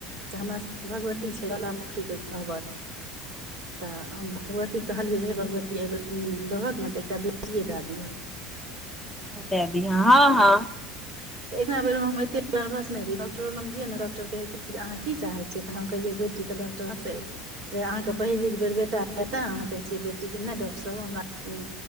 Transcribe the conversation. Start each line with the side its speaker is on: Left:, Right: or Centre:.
Right: तऽ हमरा सबके भगवती छै ज्वालामुखी के गबर तऽ भगवती कहलियै जे हे भगवती आब दबहक ने तऽ एकटा बेटिए दए दिहऽ
Centre: दे दी ह हँ हँ
Right: तऽ एकरा बेर हम एते नर्वस नै रहीयै डॉक्टर लग जाये ने डॉक्टर कहै कि अहाँ की चाहैयै तऽ हम कहियै बेटी त डॉट ट से अहाँके पहिलीक बेर बेटा एतय अहाँ कहै छियै बेटीे नै डॉक्टर सब हमरा